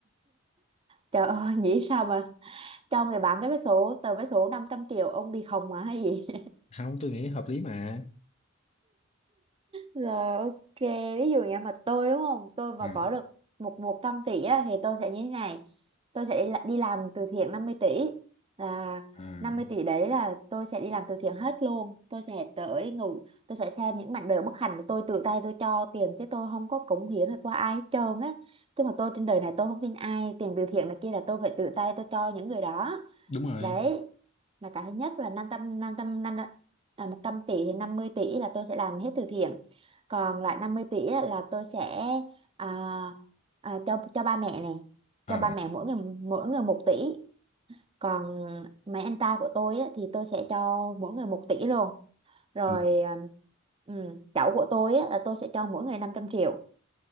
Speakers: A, on the right; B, on the left.
A: Trời ơi, nghĩ sao mà cho người bán cái vé số, tờ vé số 500 triệu ông bị khùng mà hay gì?
B: không tôi nghĩ hợp lý mà
A: Rồi ok, ví dụ như mà tôi đúng không? Tôi mà
B: à,
A: có được một một trăm tỷ á, thì tôi sẽ như thế này. Tôi sẽ đi, la- đi làm từ thiện 50 tỷ là
B: à,
A: 50 tỷ đấy là tôi sẽ đi làm từ thiện hết luôn. Tôi sẽ tới ngủ, tôi sẽ xem những mảnh đời bất hạnh của tôi tự tay tôi cho tiền chứ tôi không có cống hiến hay qua ai hết trơn á. Chứ mà tôi trên đời này tôi không tin ai, tiền từ thiện này kia là tôi phải tự tay tôi cho những người đó
B: đúng rồi
A: đấy là cái thứ nhất là 500 năm trăm năm à, 100 tỷ thì 50 tỷ là tôi sẽ làm hết từ thiện còn lại 50 tỷ á, là tôi sẽ à, à, cho cho ba mẹ này
B: ờ
A: cho ba mẹ mỗi người mỗi người một tỷ còn mấy anh trai của tôi á, thì tôi sẽ cho mỗi người một tỷ luôn rồi
B: ừ.
A: à, ừ, cháu của tôi á, là tôi sẽ cho mỗi người 500 triệu